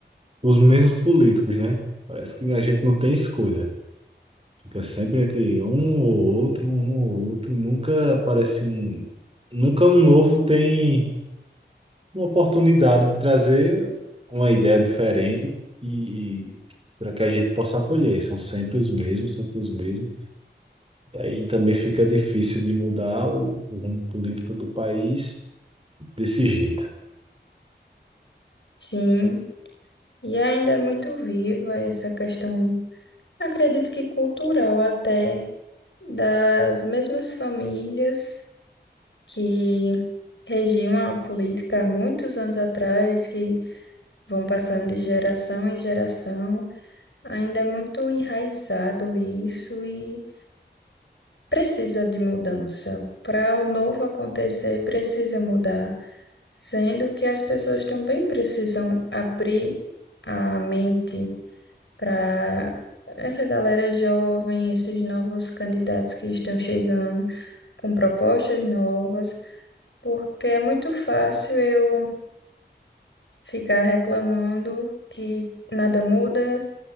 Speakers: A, on the right; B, on the left.
A: os mesmos políticos, né? Parece que a gente não tem escolha. Fica sempre entre um ou outro, um ou outro. Nunca aparece um, nunca um novo tem uma oportunidade de trazer uma ideia diferente e, e para que a gente possa acolher. São sempre os mesmos, sempre os mesmos. Aí também fica difícil de mudar o, o rumo político do país desse jeito.
B: Sim, e ainda é muito viva essa questão, acredito que cultural até, das mesmas famílias. que regiam a política há muitos anos atrás, que vão passando de geração em geração. Ainda é muito enraizado isso e precisa de mudança. Para o novo acontecer, precisa mudar, sendo que as pessoas também precisam abrir a mente para essa galera jovem, esses novos candidatos que estão chegando com propostas novas. Porque é muito fácil eu Ficar reclamando que nada muda,